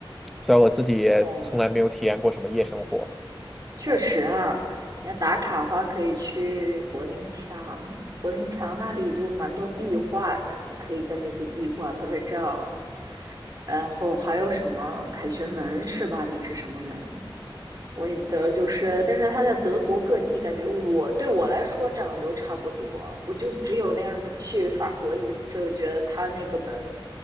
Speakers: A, in the centre; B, on the right.
A: 虽然我自己也从来没有体验过什么夜生活。
B: 哦，确实啊，你要打卡的话，可以去柏林墙，柏林墙那里就蛮多壁画的，你可以跟那些壁画拍拍照。然后还有什么凯旋门是吧？那是什么门？我也得就是，但是它在德国各地，感觉我对我来说长得都差不多。我就只有那个什么去法国一次，我觉得它那个门，